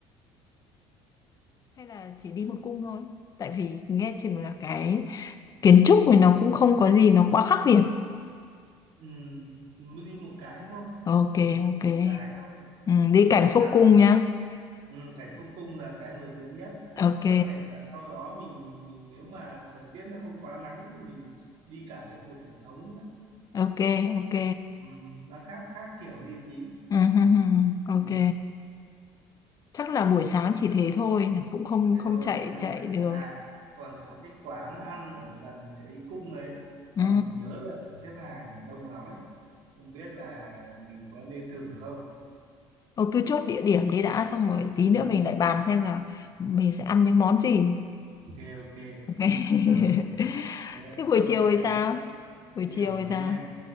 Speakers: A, on the left; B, on the right.
A: hay là chỉ đi một cung thôi tại vì nghe chừng là cái kiến trúc này nó cũng không có gì nó quá khác biệt
B: Ừm, mới đi một cái thôi
A: ok ok
B: một cái thôi
A: ừ,
B: để còn
A: đi cảnh
B: thời
A: Phúc
B: gian
A: Cung nhá
B: Ừ, cảnh phúc cung là cái nổi tiếng nhất
A: ok
B: có thể là sau đó mình mình nếu mà thời tiết nó không quá nắng thì mình đi cả cái phủ tổng thống nữa
A: ok ok
B: ừ, nó khác khác kiểu đi tí
A: ừ, hừ, hừ, ok
B: ừ,
A: chắc là buổi sáng chỉ thế thôi nhỉ cũng không
B: thế
A: không
B: thôi
A: chạy
B: thế là
A: chạy
B: mệt
A: được
B: rồi à còn có cái quán ăn ở gần cái cung ấy
A: ừ.
B: mà mình nhớ là phải xếp hàng đông lắm ấy không biết là mình có nên thử không
A: Thôi cứ chốt địa điểm đi đã xong rồi tí
B: ừ,
A: nữa mình
B: ừ,
A: lại bàn xem là mình sẽ ăn những món gì
B: ok ok
A: ok
B: giờ
A: <laughs>
B: thế là
A: thế buổi
B: xong
A: chiều
B: cái
A: thì sao buổi
B: chiều
A: chiều thì
B: nha
A: sao